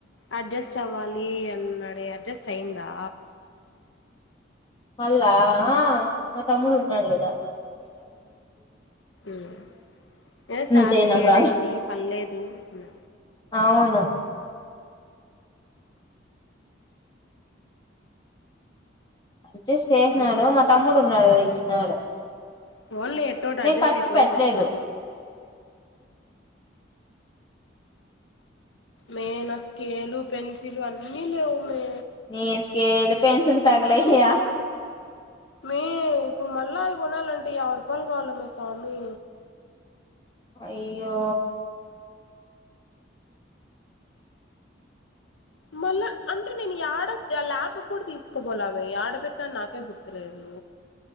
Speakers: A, on the left; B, on the left.
A: అడ్జస్ట్ అవ్వాలి అన్నడే అడ్జస్ట్ అయ్యందా
B: మల్లా మా తమ్ముడు ఉన్నాడు కదా
A: ఉమ్ ఏదో శాలరీ
B: ను చైనారా
A: లేట్ అయింది పర్లేదు అన్నాడు
B: అవును అడ్జస్ట్ చేసినాడు
A: ఓన్లీ
B: మా తమ్ముడు ఉన్నాడు కద ఇచ్చినాడు
A: పోఓన్లీ ఎట్ట కట్ట
B: మేము
A: అడ్జస్ట్
B: ఖర్చు
A: అయిపోయే
B: పెట్టలేదు
A: పోయిసి వచ్చినారు కదా మే నా స్కేలు పెన్సిల్ అన్ని లేవు మే
B: నీ స్కేల్ పెన్సిల్ తగలెయ్య
A: మీ ఇప్పుడు మళ్ళావి కొనాలంటే యాబై రూపాయలు కావాల మీ స్వామి
B: అయ్యో
A: మళ్ళా అంటే నేను యాడ ల్యాబ్ కూడా తీసుకోపోలా అవే ఆడ పెట్టా నాకే గుర్ గుర్తులేదు